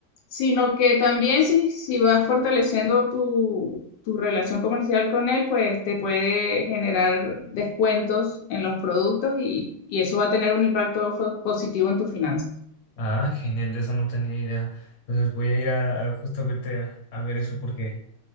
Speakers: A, on the left (about 80°); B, on the left (about 45°).
A: sino que también si, si vas fortaleciendo tu, tu relación comercial con él, pues te puede generar descuentos en los productos y, y eso va a tener un impacto fo- positivo en tus finanzas.
B: Ah, genial, de eso no tenía idea. Entonces voy a ir a, a justamente a, a ver eso porque,